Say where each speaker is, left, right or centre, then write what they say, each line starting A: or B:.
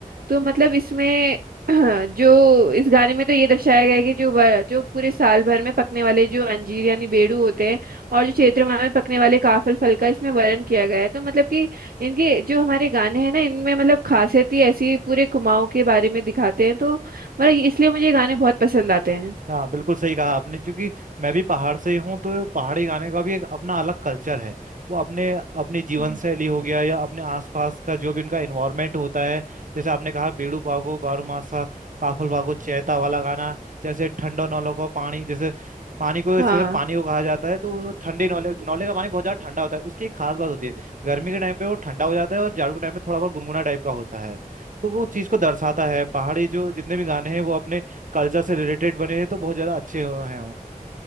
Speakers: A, on the right; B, on the right.
A: तो मतलब इसमें <clears throat> जो इस गाने में तो ये दर्शाया गया है कि जो वर- जो पूरे साल भर में पकने वाले जो अंजीर यानी बेड़ू होते हैं और जो चैत्र माह में पकने वाले काफल फल का इसमें वर्णन किया गया है तो मतलब कि इनके जो हमारे गाने हैं ना इनमें मतलब खासियत ही ऐसी पूरे कुमाऊं के बारे में दिखाते हैं तो मतलब इसलिए मुझे ये गाने बहुत पसंद आते हैं
B: हाँ बिल्कुल सही कहा आपने क्योंकि मैं भी पहाड़ से ही हूँ तो पहाड़ी गाने का भी एक अपना अलग कल्चर है वो अपने अपनी जीवन
A: हम्म।
B: शैली हो गया या अपने आसपास का जो भी उनका इन्वायरमेंट होता है जैसे आपने कहा बीड़ू पागो बारूमासा काफल बागो चैता वाला गाना जैसे ठंडो नौलों को पानी जैसे पानी को
A: हाँ
B: सिर्फ पानी को कहा जाता है तो वो ठंडे नौले नौले का पानी बहुत ज्यादा ठंडा होता है उसकी एक खास बात होती है गर्मी के टाइम पे वो ठंडा हो जाता है और जाड़ों के टाइम पे थोड़ा बहुत गुनगुना टाइप का होता है तो वो चीज को दर्शाता है पहाड़ी जो जितने भी गाने हैं वो अपने कल्चर से रिलेटेड बने हैं तो बहुत ज़्यादा अच्छे हुए हैं वो